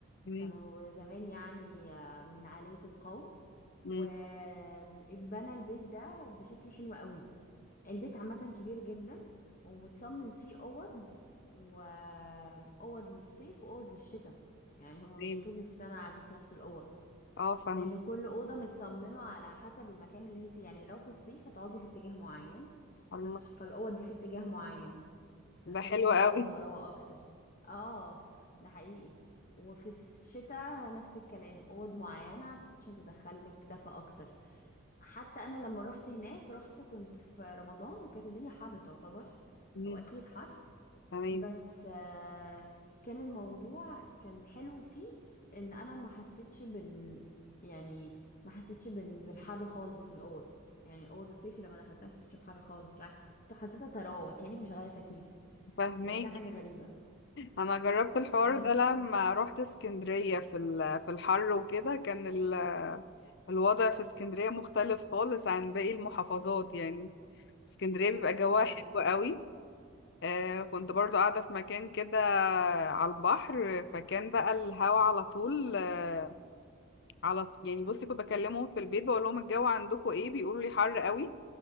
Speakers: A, on the left; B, on the left.
A: <laughs> مم،
B: كانوا زمان يعني آه، من عالية القوم
A: مم،
B: واتبنى البيت ده بشكل حلو قوي البيت عامة كبير جدا ومتصمم فيه أوض وأوض للصيف وأوض للشتاء يعني هما
A: تمام
B: مش طول السنة قاعدين في نفس الأوض
A: اه فاهم
B: لأن كل أوضة متصممة على حسب المكان اللي انت يعني لو في الصيف هتقعدي في اتجاه معين
A: الله
B: فش... فالأوض دي في اتجاه معين تدخلك
A: ده حلو قوي
B: هوا وطراوة اكتر اه ده حقيقي وفي الشتاء نفس الكلام اوض معينة عشان تدخلك دفا اكتر حتى انا لما رحت هناك رحت كنت في رمضان وكانت الدنيا حر تعتبر
A: مم،
B: او اكيد حر
A: تمام
B: بس آه، كان الموضوع كان حلو فيه ان انا ما حسيتش بال يعني ما حسيتش بال... بالحر خالص في الاوض يعني الاوض الصيفي لما دخلتها ما حسيتش بحر خالص بالعكس حسيت- حسيتها طراوه كانك مشغله تكييف
A: فهماكي
B: وده كان حاجة غريبة
A: انا جربت الحوار
B: يس
A: ده لما روحت اسكندرية في ال- في الحر وكده كان ال- الوضع في اسكندرية مختلف خالص عن باقي المحافظات يعني اسكندرية بيبقى جواها
B: بجد
A: حلو قوي آه كنت برضو قاعدة في مكان كده على البحر فكان بقى الهوا على طول آه على ط- يعني بصي كنت بكلمهم في البيت بقول لهم الجو عندكم ايه بيقولوا لي حر قوي